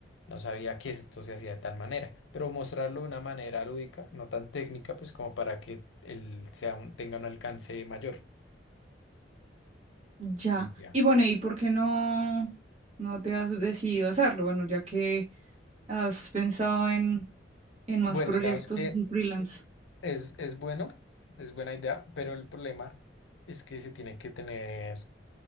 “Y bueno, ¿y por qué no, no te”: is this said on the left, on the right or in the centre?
Right